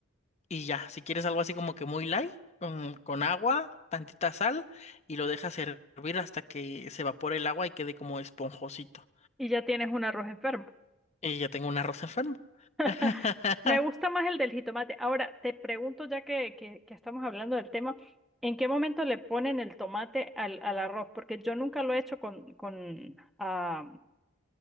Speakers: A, on the left (about 35°); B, in the centre.
A: y ya. Si quieres algo así como que muy light, con, con agua, tantita sal y lo dejas hervir hasta que se evapore el agua y quede como esponjosito.
B: Y ya tienes un arroz enfermo.
A: Y ya tengo un arroz enfermo.
B: <laughs>
A: <laughs>
B: Me gusta más el del jitomate. Ahora, te pregunto, ya que, que, que estamos hablando del tema, ¿en qué momento le ponen el tomate al, al arroz? Porque yo nunca lo he hecho con, con, ah,